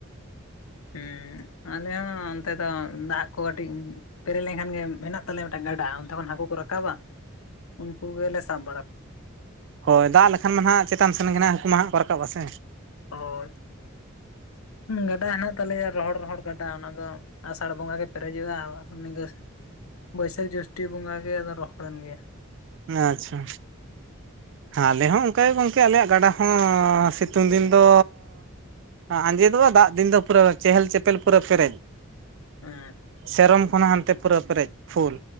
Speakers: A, on the left; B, on the right.
A: ᱦᱩᱸ ᱟᱞᱮ ᱦᱚᱸ ᱚᱱᱛᱮ ᱫᱚ ᱫᱟᱜ ᱠᱚ ᱠᱟᱹᱴᱤᱡ ᱯᱮᱨᱮᱡ ᱞᱮᱱᱠᱷᱟᱱ ᱜᱮ ᱢᱮᱱᱟᱜ ᱛᱟᱞᱮᱭᱟ ᱢᱤᱫᱴᱮᱱ ᱜᱟᱰᱟ ᱚᱱᱛᱮ ᱠᱷᱚᱱ ᱦᱟᱹᱠᱩ ᱠᱚ ᱨᱟᱠᱟᱵᱟ ᱩᱱᱠᱩ ᱜᱮᱞᱮ ᱥᱟᱵ ᱵᱟᱲᱟ ᱠᱚᱣᱟ
B: ᱦᱳᱭ ᱫᱟᱜ ᱞᱮᱠᱷᱟᱱ ᱢᱟ ᱱᱟᱦᱟᱜ ᱪᱮᱛᱟᱱ ᱥᱮᱱ ᱜᱮ ᱦᱟᱹᱠᱩ ᱢᱟ ᱦᱟᱸᱜ ᱠᱚ ᱨᱟᱠᱟᱵᱟ ᱥᱮ
A: ᱦᱳᱭ ᱜᱟᱰᱟ ᱦᱮᱱᱟᱜ ᱛᱟᱞᱮᱭᱟ ᱨᱚᱦᱚᱲᱼ ᱨᱚᱦᱚᱲ ᱜᱟᱰᱟ ᱚᱱᱟ ᱫᱚ ᱟᱥᱟᱲ ᱵᱚᱸᱜᱟ ᱜᱮ ᱯᱮᱨᱮᱡᱚᱜᱼᱟ ᱱᱤᱝᱠᱟᱹ ᱵᱟᱹᱭᱥᱟᱹᱠᱷ ᱡᱳᱥᱴᱤ ᱵᱚᱸᱜᱟ ᱜᱮ ᱟᱫᱚ ᱨᱚᱦᱚᱲᱮᱱ ᱜᱮᱭᱟ
B: ᱮ ᱟᱪᱪᱷᱟ ᱟᱞᱮ ᱦᱚᱸ ᱚᱱᱠᱟᱜᱮ ᱜᱚᱝᱠᱮ ᱟᱞᱮᱭᱟᱜ ᱜᱟᱰᱟ ᱦᱚᱸ ᱥᱤᱛᱩᱝ ᱫᱤᱱ ᱫᱚ ᱟᱸᱡᱮᱫᱚᱜᱼᱟ ᱵᱟᱝ ᱫᱟᱜ ᱫᱤᱱ ᱫᱚ ᱯᱩᱨᱟᱹ ᱪᱮᱦᱮᱞ ᱪᱮᱯᱮᱞ ᱯᱩᱨᱟ ᱯᱮᱨᱮᱡ
A: <unintelligible>
B: ᱥᱮᱨᱚᱢ ᱠᱷᱚᱱ ᱦᱚᱸ ᱦᱟᱱᱛᱮ ᱯᱩᱨᱟᱹ ᱯᱮᱨᱮᱡ ᱯᱷᱩᱞ